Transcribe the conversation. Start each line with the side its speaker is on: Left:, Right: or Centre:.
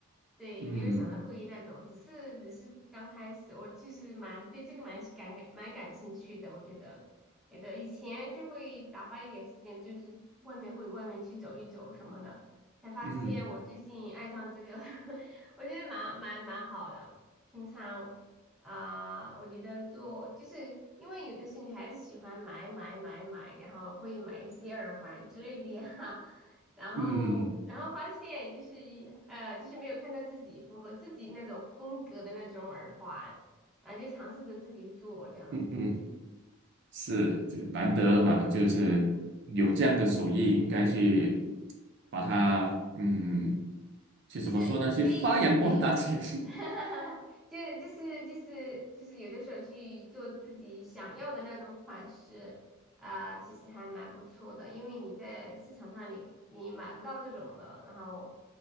Centre: 对，
Right: 嗯
Centre: 没有想到会那种，只是只是刚开始，我其实蛮对这个蛮是感感蛮感兴趣的。我觉得，觉的以前就会打发一点时间，就是外面会外面去走一走什么的，才发现我最近爱上这个，
Right: 嗯哼
Centre: <laughs> 我觉得蛮蛮蛮好的。平常。啊、我觉得做就是因为有的是女孩子喜欢买买买买，然后会买一些耳环之类的呀，<laughs> 然后然后发现就是
Right: 嗯
Centre: 呃就是没有看到自己符合自己那种风格的那种耳环，然后就尝试着自己做这样。
Right: 嗯，嗯是，这难得嘛，就是有这样的手艺，应该去把它嗯，去怎么说呢？
Centre: 就是可以，
Right: 去发扬光大去。
Centre: 就是对，
Right: <laughs>
Centre: <laughs> 就是就是就是就是有的时候去做自己想要的那种款式啊、其实还蛮不错的，因为你在市场上你你买不到这种的，然后